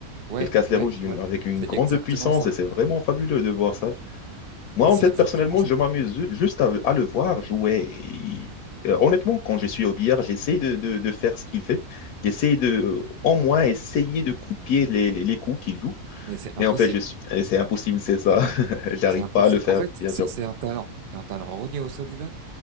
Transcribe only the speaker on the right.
ouais,
ouais,
ouais.
C'est
exactement
ça.
Mais
c'est
exactement
ça.
Mais c'est
impossible.
C'est impossible.
En fait,
c'est
c'est un talent. C'est un talent. Ronnie O'Sullivan,